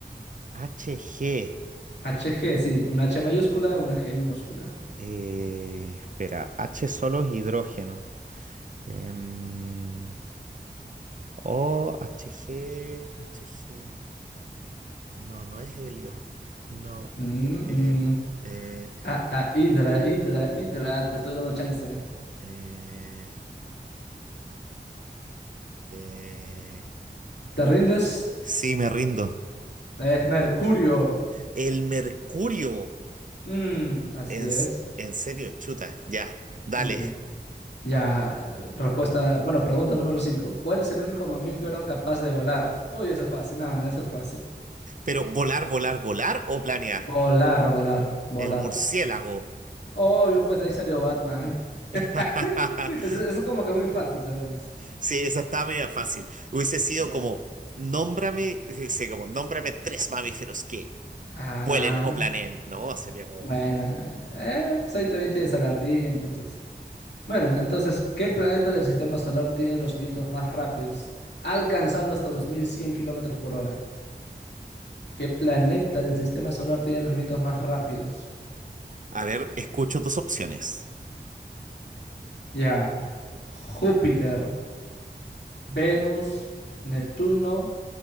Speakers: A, on the right; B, on the left.
A: HG.
B: Hg, sí, una H mayúscula, una G minúscula.
A: eh, espera, H solo es hidrógeno. Em, o HG, HG. No, no es helio. No.
B: Mm,
A: Eh,
B: mm.
A: eh,
B: Ah, ah, hidra, hidra, hidra, te estoy dando chance.
A: eh, eh, eh,
B: ¿Te rindes?
A: Sí, me rindo.
B: Es mercurio.
A: El mercurio.
B: Mm, así
A: En, s-
B: es.
A: en serio, chuta. Ya, dale.
B: Dice, ya, eh, respuesta, bueno, pregunta número 5. ¿Cuál es el único mamífero capaz de volar? Uy, eso es fácil, no, no, eso es fácil.
A: Pero volar, volar, volar o planear.
B: Volar, volar,
A: El
B: volar.
A: murciélago.
B: Obvio, pues ahí salió Batman.
A: <laughs>
B: <laughs> Eso, eso es como que muy fácil, ¿sabes?
A: Sí, esa estaba media fácil. Hubiese sido
B: Ya.
A: como, nómbrame, sí, sí, como, nómbrame tres mamíferos que
B: Ah,
A: vuelen o planeen. No, sería como,
B: bueno, eh, pues ahí también tienes a la ardilla, entonces. Bueno, entonces, ¿qué planeta del sistema solar tiene los vientos más rápidos, alcanzando hasta 2100 kilómetros por hora? ¿Qué planeta del sistema solar tiene los vientos más rápidos?
A: a ver, escucho tus opciones.
B: Ya. Júpiter, Venus, Neptuno,